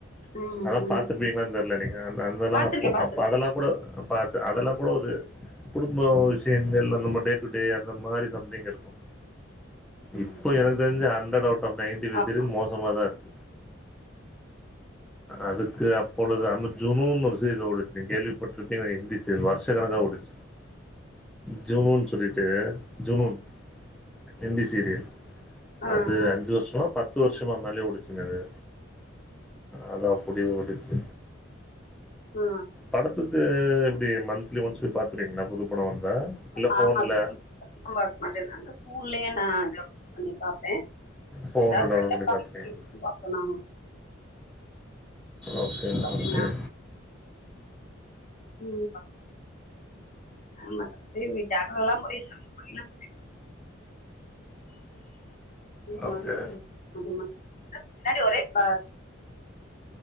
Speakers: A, on the left; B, in the centre.
A: ம்
B: ஆனா
A: ம்
B: பாத்து பீங்களா தெரியல நீங்க அந்த அந் அந்த
A: பாத்திருக்கே
B: அப்போ
A: பாத்திருக்கே
B: அப்ப அதெல்லாம் கூட பத் து அதெல்லா கூட ஒரு குடும்ப விஷயங்கள் அந்த மா டே டூ டே அந்த மாரி சம்திங் இருக்கும் இப்ப
A: ம்
B: எனக்கு தெரிஞ்சு ஹண்ட்ரட் அவுட் ஆஃப் நைன்டி
A: ஆமா
B: சீரியல்ஸ் மோசமாதா இருக்கு அதுக்கு அப்பொழுது அமர்ஜுனுன்னு ஒரு சீரியல் ஓடுச்சு கேள்விப்பட்ருப்பீங்க ஹிந்தி சீரியல் வருஷ கணக்கா ஓடுச் ஜுனுன்னு சொல்லிட்டு ஜுனுன் இந்தி சீரியல்
A: ஆ
B: அது
A: ஆ
B: அஞ்சு வருஷமா பத்து வருஷமா மேலே ஓடுச்சு ங்கது அது அப்படி ஓடுச்சு
A: ஆ, ஆ,
B: படத்துக்கு எப்டி மந்த்லி ஒன்ஸ் போய் பாத்துருவிங்களா புது படோ வந்தா இல்ல ஃபோன்ல
A: ஆ. ஆ படம் பாக்க மாட்டே நானு ஃபோன்லயே நானு டவுன்லோட் பண்ணி பாப்பே
B: ஃபோன்ல
A: <unintelligible>
B: டவுன்லோட் பண்ணி பார்த்துருவீங்க
A: பாக்கணு
B: ஓகே
A: பார்த்தீங்கன்னா,
B: ஓகே
A: டிவி பாக்க மாட்டே ஆமாதா வீட்டு <unintelligible> எல்லா போய் <unintelligible> அந்த
B: ஓகே
A: மாதிரி அது மாதிரி முன்னாடி ஒரே ப